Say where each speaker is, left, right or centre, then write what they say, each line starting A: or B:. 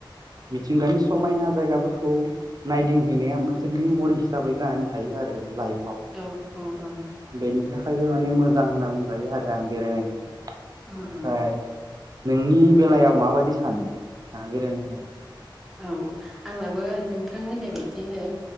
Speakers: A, on the right (about 50°); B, in the centre.
A: मिथिंगानि समायना जायगाफोरखौ नायदिंहैनाया मोनसे मेमरि हिसाबै जानानै थायो आरो लाइफआव।
B: औ औ औ औ
A: बेनि थाखायबो माने मोजां होनना बुंजायो आरो आं बेरायनायखौ।
B: उम
A: ओमफ्राय
B: उम
A: नोंनि बेलायाव माबायदि सानो नोंथाङा बेरायनायखौ
B: औ आंनाबो नोंथां होननाय बायदिनो